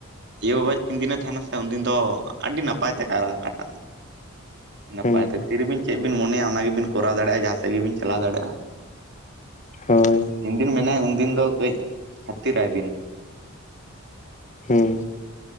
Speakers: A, on the right; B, on the left.
A: ᱭᱳ ᱵᱟᱵ ᱛᱤᱱ ᱫᱤᱱᱮ ᱛᱟᱦᱮᱱᱟ ᱥᱮ ᱩᱱᱫᱤᱱ ᱫᱚ ᱟᱹᱰᱤ ᱱᱟᱯᱟᱭ ᱛᱮ ᱠᱟᱭᱨᱟ ᱠᱟᱴᱟᱜ-ᱟ᱾ ᱱᱟᱯᱟᱭ
B: ᱦᱮᱸ
A: ᱛᱮ ᱛᱤᱨᱮᱵᱤᱱ ᱪᱮᱫ ᱵᱤᱱ ᱢᱚᱱᱮᱭᱟ ᱚᱱᱟ ᱜᱮᱵᱤᱱ ᱠᱚᱨᱟᱣ ᱫᱟᱲᱮᱭᱟᱜ-ᱟ, ᱡᱟᱦᱟᱸ ᱥᱮᱫ ᱜᱮᱵᱤᱱ ᱪᱟᱞᱟᱣ ᱫᱟᱲᱮᱭᱟᱜᱼᱟ᱾
B: ᱦᱳᱭ
A: ᱛᱤᱱ ᱫᱤᱱ ᱢᱮᱱᱟᱭᱟ ᱩᱱᱫᱤᱱ ᱫᱚ ᱠᱟᱹᱡᱽ ᱠᱷᱟᱹᱛᱤᱨᱟᱭ ᱵᱤᱱ᱾
B: ᱦᱩᱸ